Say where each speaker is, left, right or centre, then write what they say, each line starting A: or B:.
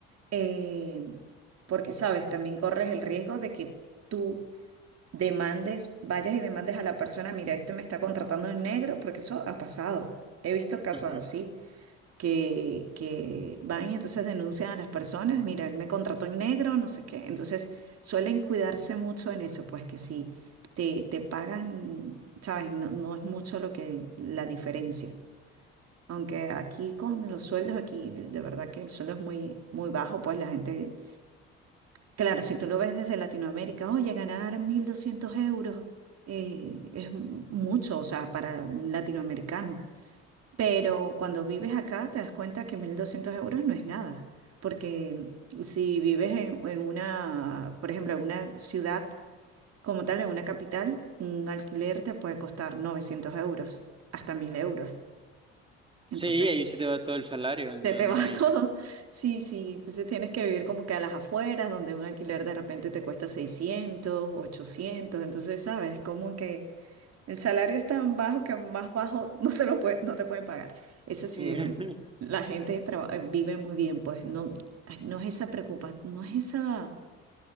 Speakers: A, on the right (about 55°); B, on the right (about 15°).
A: eh, porque, sabes, también corres el riesgo de que tú demandes, vayas y demandes a la persona, mira, este me está contratando en negro, porque eso ha pasado, he visto casos
B: Ujú.
A: así que, que van y entonces denuncian a las personas, mira, él me contrató en negro, no sé qué. Entonces suelen cuidarse mucho en eso, pues que si te, te pagan, sabes, no, no es mucho lo que la diferencia. Aunque aquí con los sueldos, aquí de verdad que el sueldo es muy, muy bajo, pues la gente, claro, si tú lo ves desde Latinoamérica, oye, ganar 1.200 euros eh, es mucho, o sea, para un latinoamericano. Pero cuando vives acá te das cuenta que 1.200 euros no es nada, porque si vives en, en una, por ejemplo, en una ciudad como tal, en una capital, un alquiler te puede costar 900 euros, hasta 1.000 euros. Entonces,
B: Sí, ahí se te va todo el salario, no,
A: se te
B: no
A: va
B: hay.
A: <laughs> todo. Sí, sí, entonces tienes que vivir como que a las afueras, donde un alquiler de repente te cuesta 600, 800. entonces, ¿sabes? Como que... El salario es tan bajo que más bajo <laughs> no te lo puede- no te pueden pagar. Eso sí,
B: <laughs>
A: es un- la gente traba- eh, vive muy bien, pues no, ay, no es esa preocupación, no es esa,